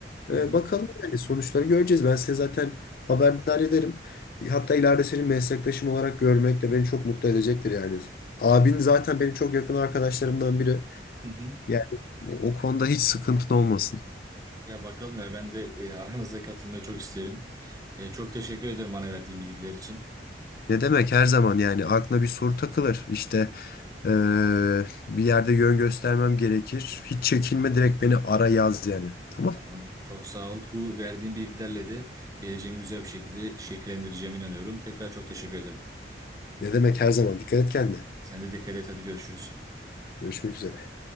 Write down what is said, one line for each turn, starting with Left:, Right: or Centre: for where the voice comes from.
Left: Ee,
Right: Hı hı.
Left: bakalım yani sonuçları göreceğiz. Ben size zaten haberdar ederim. Hatta ileride senin meslektaşım olarak görmek de beni çok mutlu edecektir yani. Abin zaten benim çok yakın arkadaşlarımdan biri.
Right: Hı hı.
Left: Yani o o konuda hiç sıkıntın olmasın.
Right: Ya bakalım ya ben de e, aranıza katılmayı çok isterim. E, çok teşekkür ederim bana verdiğin bilgiler için.
Left: Ne demek her zaman yani aklına bir soru takılır. İşte eee, bir yerde yön göstermem gerekir. Hiç çekinme direkt beni ara yaz yani. Tamam.
Right: Tamam. Çok sağ ol. Bu verdiğin bilgilerle de geleceğimi güzel bir şekilde şekillendireceğime inanıyorum. Tekrar çok teşekkür ederim.
Left: Ne demek her zaman. Dikkat et kendine.
Right: Sen de dikkat et. Hadi görüşürüz.
Left: Görüşmek üzere.